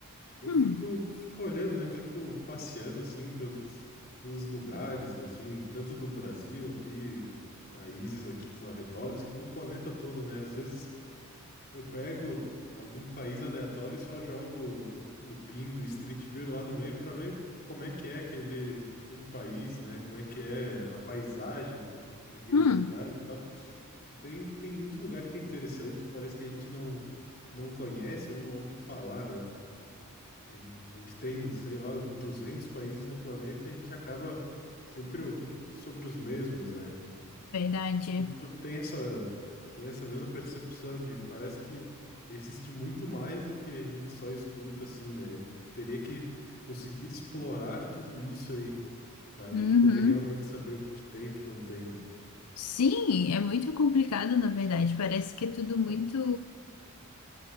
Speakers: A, on the left; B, on the left.
A: e eu
B: Hum,
A: fico, fico olhando, né? Fico passeando assim pelos, pelos lugares, assim, tanto do Brasil aqui, países aqui dos arredores, como o planeta todo, né? Às vezes Eu pego algum país aleatório e só jogo o, o pin do Street View lá no meio para ver como é que é aquele, aquele país, né? Como é que é a paisagem daquele
B: hum,
A: lugar e tal. E tem, tem muito lugar que é interessante, parece que a gente não, não conhece ou não ouve falar, né? Tem- a gente tem, sei lá, 200 países no planeta e a gente acaba sempre ouvindo sobre os mesmos, né?
B: verdade.
A: E Tu tem essa, tem essa mesma percepção de parece que existe muito mais do que a gente só escuta, assim, né? A gente teria que conseguir explorar tudo isso aí para a
B: Uhum.
A: gente poder realmente saber o que que tem e o que não tem, né?
B: Sim, é muito complicado, na verdade. Parece que é tudo muito,